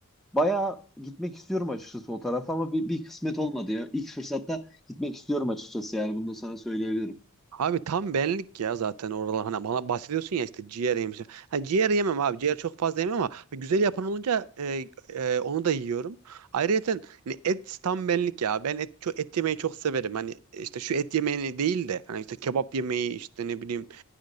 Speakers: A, in the centre; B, on the right.
A: Bayağı gitmek istiyorum açıkçası o tarafa ama bir, bir kısmet olmadı ya. İlk fırsatta gitmek istiyorum açıkçası yani bunu da sana söyleyebilirim.
B: Abi tam benlik ya zaten oralar hani bana bahsediyorsun ya işte ciğer yemişim. Ha, ciğer yemem abi ciğer çok fazla yemem ama güzel yapan olunca e, e, onu da yiyorum. Ayrıca hani et tam benlik ya ben et, çok, et yemeyi çok severim. Hani işte şu et yemeğini değil de hani işte kebap yemeği işte ne bileyim